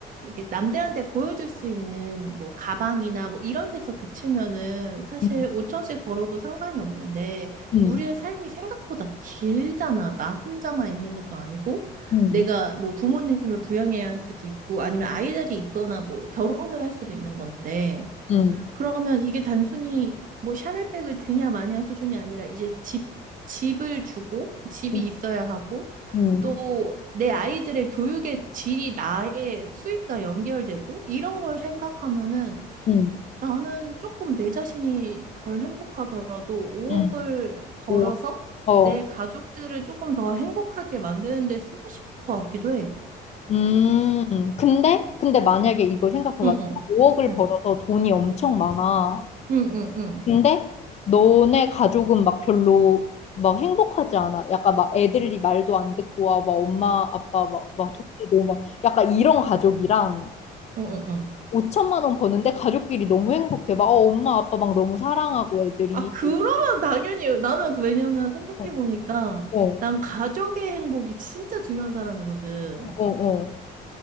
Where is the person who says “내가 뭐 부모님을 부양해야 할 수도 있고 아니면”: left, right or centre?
Right